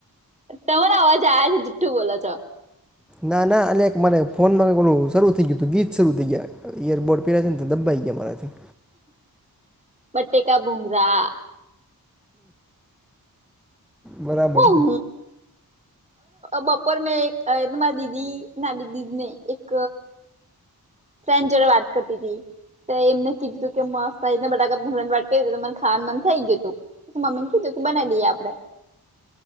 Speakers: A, on the right; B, in the centre.
A: તમારો અવાજ આવે છે જીઠ્ઠું બોલો છો
B: ના ના અને એક મારે ફોનમાં પેલું શરૂ થઈ ગયું અતું ગીત શરૂ થઈ ગયા યર બોર્ડ પેરા છે તો દબ્બાઈ ગયા મારાથી
A: બટેકા ભુંંગરા
B: બરાબર
A: હું
B: છે
A: બપોર મેં એક મારા દીદી ના દદીને એક <unintelligible> જોડે વાત કરતી અતી તો એમને કીધીધું કે મસ્ને બટાકા ભુંગરા ની વાત કરી ત મને ખાવાનુ મન થઈ ગય હતું મમ્મી કીધું બનાવી દઈએ આપડે